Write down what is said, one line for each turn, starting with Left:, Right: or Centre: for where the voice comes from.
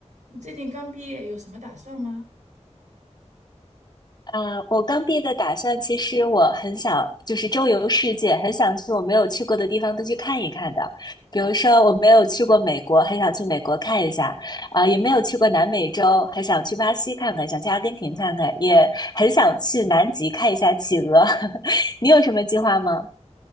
Right: 你最近刚毕业，有什么打算吗？
Left: 啊，我刚毕业的打算，其实我很想就是周游世界，很想去我没有去过的地方都去看一看的。比如说，我没有去过美国，很想去美国看一下；啊、也没有去过南美洲，很想去巴西看看，想去阿根廷看看，也很想去南极看一下企鹅。<laughs> 你有什么计划吗？